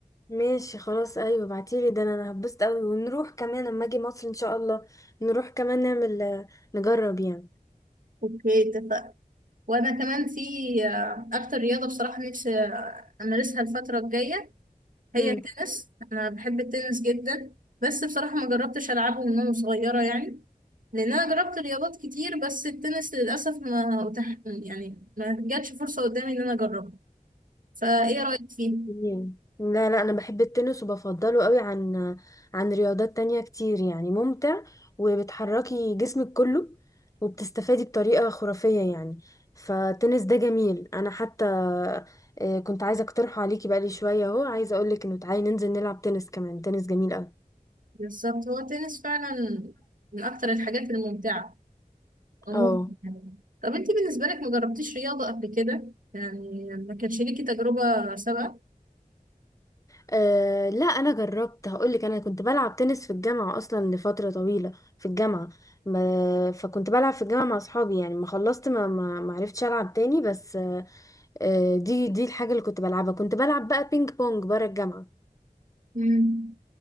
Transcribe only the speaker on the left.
ماشي خلاص ايوه ابعتيلي ده انا هبسط قوي ونروح كمان اما اجي مصر ان شاء الله نروح كمان نعمل آه، نجرب يعني
امم
يعني. لا لا انا بحب التنس وبفضله قوي عن عن رياضات تانية كتير يعني ممتع وبتحركي جسمك كله وبتستفادي بطريقة خرافية يعني فالتنس ده جميل انا حتى آه، كنت عايزة اقترحه عليكي بقالي شوية اهو عايزة اقولك انه تعالي ننزل نلعب تنس كمان تنس جميل قوي
اه
أه لا انا جربت هقولك انا كنت بلعب تنس في الجامعه اصلا لفتره طويله في الجامعه ما فكنت بلعب في الجامعه مع اصحابي يعني ما خلصت ما ما ما عرفتش العب تاني بس أه آه، دي دي الحاجه اللي كنت بلعبها كنت بلعب بقى بينج بونج بره الجامعه